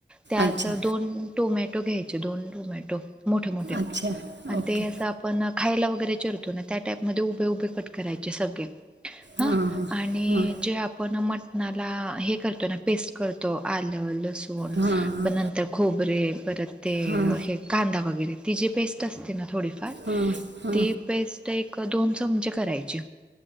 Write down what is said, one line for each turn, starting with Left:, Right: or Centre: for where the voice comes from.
Centre: त्यात
Right: अच्छा
Centre: दोन टोमॅटो घ्यायचे दोन टोमॅटो मोठे मोठे
Right: अच्छा
Centre: आणि
Right: ओके
Centre: ते अस आपण खायला वगैरे चीरतो ना त्या टाईपमध्ये उभे उभे कट करायचे सगळे हा
Right: हां हां
Centre: आणि
Right: हां
Centre: जे आपण म ला हे करतो ना पेस्ट करतो आलं, लसूण
Right: हां हां
Centre: पण नंतर खोबरे परत ते
Right: हां
Centre: हे कांदा वगैरे ती जी पेस्ट असते ना थोडीफार
Right: हम्म हम्म
Centre: ती पेस्ट एक दोन चमचे करायची.